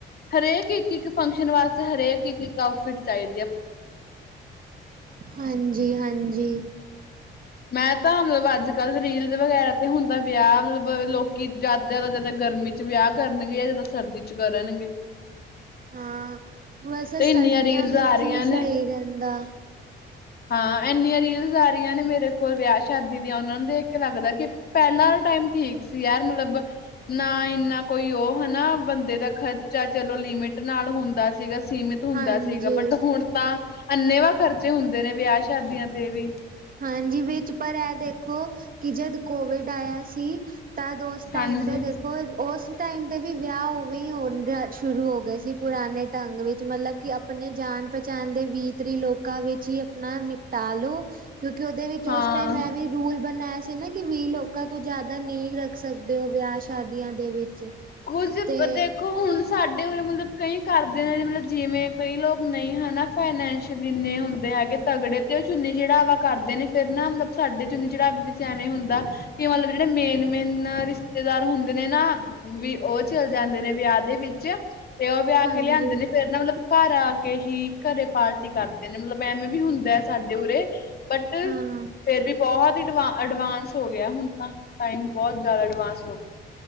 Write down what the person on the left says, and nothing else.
ਹਰੇਕ ਇੱਕ ਇੱਕ ਫੰਕਸ਼ਨ ਵਾਸਤੇ ਹਰੇਕ ਇੱਕ ਇੱਕ ਆਊਟਫਿਟ ਚਾਹੀਦਾ।
ਮੈਂ ਤਾਂ ਮਤਲਬ ਅੱਜ ਕੱਲ੍ਹ ਰੀਲਜ਼ ਵਗੈਰਾ ਤੇ ਹੁੰਦਾ ਵਿਆਹ ਮਤਲਬ ਲੋਕੀਂ ਜਦ ਜਿਆਦਾ ਜਿਆਦਾ ਗਰਮੀ ਚ ਵਿਆਹ ਕਰਨਗੇ ਜਾਂ ਜਿਆਦਾ ਸਰਦੀ ਚ ਕਰਨਗੇ।
ਤੇ
ਇਨੀਆਂ ਰੀਲਜ਼
ਆ ਰਹੀਆਂ
ਨੇ।
ਹਾਂ ਇੰਨੀਆਂ ਰੀਲਜ਼ ਆ ਰਹੀਆਂ ਨੇ ਮੇਰੇ ਕੋਲ ਵਿਆਹ ਸ਼ਾਦੀ ਦੀਆਂ ਉਹਨਾਂ ਨੂੰ ਦੇਖਕੇ ਲੱਗਦਾ ਕਿ ਪਹਿਲਾਂ ਆਲਾ ਟਾਈਮ ਠੀਕ ਸੀ ਯਾਰ ਮਤਲਬ ਨਾ ਇੰਨਾ ਕੋਈ ਉਹ ਹੈਨਾ ਬੰਦੇ ਦਾ ਖ਼ਰਚਾ ਚਲੋ ਲਿਮਿਟ ਨਾਲ ਹੁੰਦਾ ਸੀਗਾ ਸੀਮਿਤ ਹੁੰਦਾ
ਸੀਗਾ ਬਟ ਹੁਣ ਤਾਂ ਅੰਨੇ ਵਾਹ ਖ਼ਰਚੇ ਹੁੰਦੇ ਨੇ ਵਿਆਹ ਸ਼ਾਦੀਆਂ ਤੇ ਵੀ।
ਹਾਂਜੀ
ਹਾਂ
ਕੁਝ <unintelligible>
ਦੇਖੋ ਹੁਣ ਸਾਡੇ ਉਰੇ ਮਤਲਬ ਕਈ ਕਰਦੇ ਨੇ ਮਤਲਬ ਜਿਵੇਂ ਕਈ ਲੋਕ ਨਹੀਂ ਹੈਨਾ ਫਾਈਨੈਂਸ਼ੀਅਲੀ ਇੰਨੇ ਹੁੰਦੇ ਹੈਗੇ ਤਗੜੇ ਤੇ ਉਹ ਚੁੰਨੀ ਚੜਾਵਾ ਕਰਦੇ ਨੇ ਫੇਰ ਨਾ ਮਤਲਬ ਸਾਡੇ ਚੁੰਨੀ ਚੜਾਵੇ ਵਿੱਚ ਐਵੇਂ ਹੁੰਦਾ। ਕਿ ਮਤਲਬ ਜਿਹੜੇ ਮੇਨ ਮੇਨ ਰਿਸ਼ਤੇਦਾਰ ਹੁੰਦੇ ਨੇ ਨਾ ਵੀ ਉਹ ਚਲ ਜਾਂਦੇ ਨੇ ਵਿਆਹ ਦੇ ਵਿੱਚ ਤੇ ਉਹ ਵਿਆਹ
ਕੇ ਲਿਆਂਦੇ ਨੇ ਫੇਰ ਨਾ ਮਤਲਬ ਘਰ ਆ ਕੇ ਹੀ ਘਰੇ ਪਾਰਟੀ ਕਰਦੇ ਨੇ ਮਤਲਬ ਐਵੇਂ ਵੀ ਹੁੰਦਾ ਹੈ ਸਾਡੇ ਉਰੇ ਬਟ
ਫੇਰ ਵੀ ਬਹੁਤ ਹੀ ਅਡਵਾਂਸ ਹੋ ਗਿਆ ਹੁਣ ਤਾਂ ਟਾਈਮ ਬਹੁਤ ਜ਼ਿਆਦਾ ਐਡਵਾਂਸ ਹੋ ਗਿਆ।